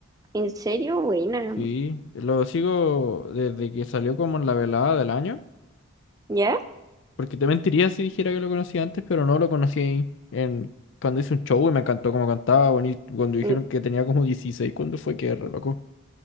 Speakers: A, on the right; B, on the left.
A: En serio, buena.
B: Sí, lo sigo desde que salió como en la velada del año.
A: ¿Ya?
B: Porque te mentiría si dijera que lo conocía antes, pero no lo conocí en cuando hice un show y me encantó cómo cantaba, bonito, cuando dijeron
A: Mm,
B: que tenía como 16, ¿cuándo fue que re loco?